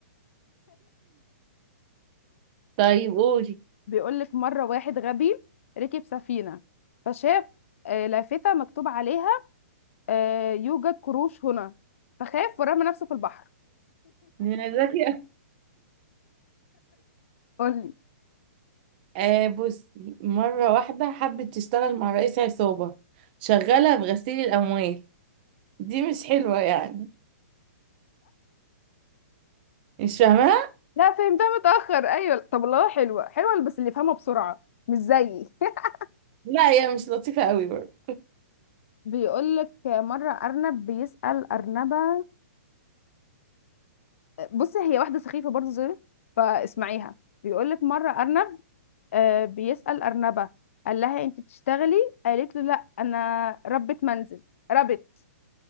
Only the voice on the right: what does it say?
طيب قولي
ذكي
آه بصي مرة واحدة حبت تشتغل مع رئيس عصابة شغالة في غسيل الأموال دي مش حلوة يعني مش فاهمة؟
لا هي مش لطيفة قوي برضه